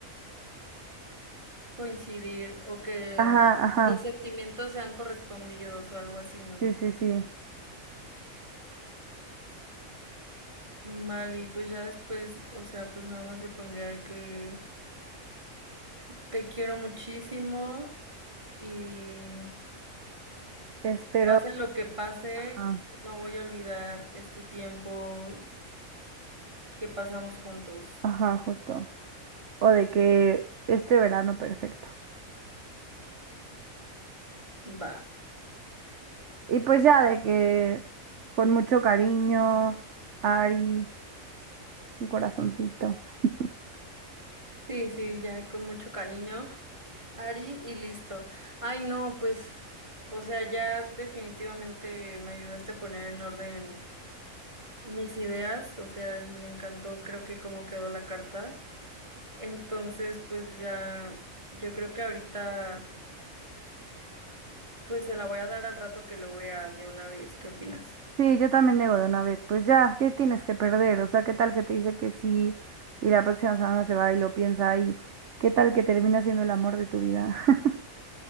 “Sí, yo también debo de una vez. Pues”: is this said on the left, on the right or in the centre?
Right